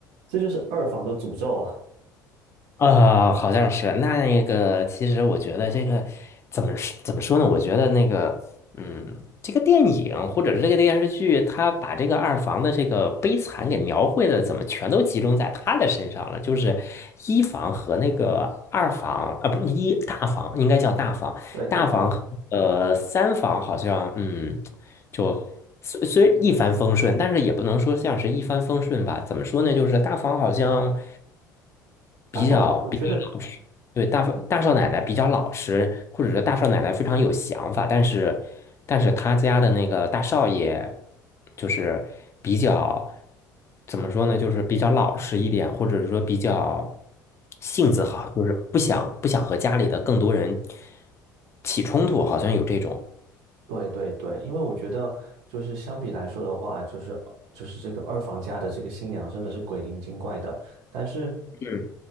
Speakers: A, on the right; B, on the left.
A: 这就是二房的诅咒啊，
B: 呃，好像是那个，其实我觉得这个怎么说怎么说呢？我觉得那个，嗯，这个电影或者是这个电视剧，他把这个二房的这个悲惨给描绘的，怎么全都集中在他的身上了？就是一房和那个二房，呃，不，一大房应该叫大房，
A: 对，大房。
B: 大房和呃三房好像，嗯。就虽虽一帆风顺，但是也不能说像是一帆风顺吧。怎么说呢？就是大房好像比较比较老实，
A: 大房，我觉得
B: 对，大房大少奶奶比较老实，或者说大少奶奶非常有想法，但是但是他家的那个大少爷就是比较怎么说呢？就是比较老实一点，或者是说比较性子好，就是不想不想和家里的更多人起冲突，好像有这种。
A: 对对对，因为我觉得就是相比来说的话，就是就是这个二房家的这个新娘真的是鬼灵精怪的，但是
B: 嗯。